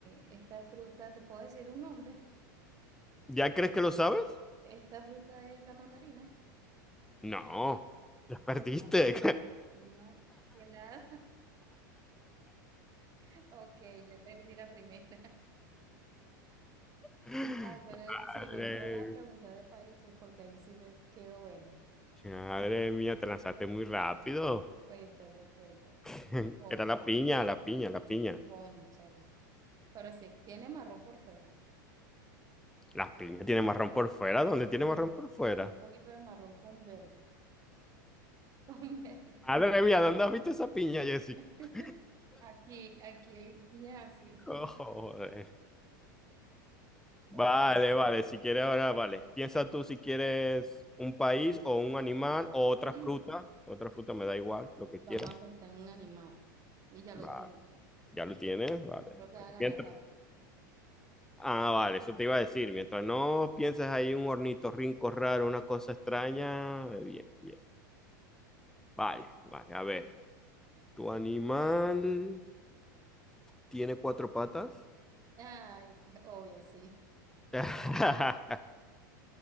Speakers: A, on the right; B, in the centre.
A: esta fruta, ¿te puedo decir un nombre?
B: ¿Ya crees que lo sabes?
A: Esta fruta es la mandarina.
B: No, ya perdiste.
A: Estoy más pelada, estoy más pelada. <laughs> Ok, ya perdí la primera. <laughs>
B: <laughs>
A: Ay, pero es-
B: Madre,
A: sí, bueno, no me vayas a preguntar de países porque ahí sí me quedo bueno.
B: madre mía, te lanzaste muy rápido.
A: Cuéntame, cuéntame.
B: <laughs>
A: Otra,
B: Era la piña, la piña, la piña.
A: cónchale. Pero sí, tiene marrón por fuera.
B: La piña tiene marrón por fuera. ¿Dónde
A: Sí.
B: tiene marrón por fuera?
A: Tiene un poquito de marrón con verde. <laughs> Con verde.
B: Madre mía, ¿dónde has visto esa piña, Jessica?
A: <laughs>
B: <laughs>
A: Aquí, aquí hay piña así.
B: Oh, Joder. Vale,
A: <laughs> Ok.
B: vale. Si quieres ahora, vale. Piensa tú si quieres un país o un animal o otra
A: <clears throat>
B: fruta. Otra fruta me da igual, lo que
A: Vamos
B: quieras.
A: a pensar en un animal. Y ya lo
B: Va,
A: tengo.
B: ya lo tienes, vale.
A: Creo que
B: vale.
A: va a ganar
B: Piensa,
A: rápido.
B: Ah, vale, eso te iba a decir. Mientras no pienses ahí un hornito rinco raro, una cosa extraña, bien, bien. Vale, vale, a ver. ¿Tu animal tiene cuatro patas?
A: Ay, qué obvio, sí.
B: <laughs>